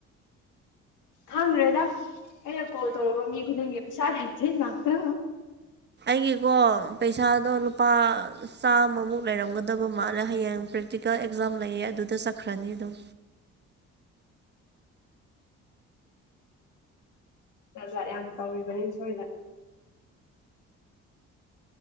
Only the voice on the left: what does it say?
ꯈꯪꯗ꯭ꯔꯦꯗ ꯑꯩꯅ ꯀꯣꯜ ꯇꯧꯔꯨꯕ ꯃꯤ ꯈꯨꯗꯤꯡꯒꯤ ꯄꯩꯁꯥ ꯂꯩꯇꯦ ꯉꯥꯛꯇ
ꯖꯥꯠ ꯌꯥꯝ ꯇꯧꯔꯤꯕꯅꯤ ꯁꯣꯏꯗ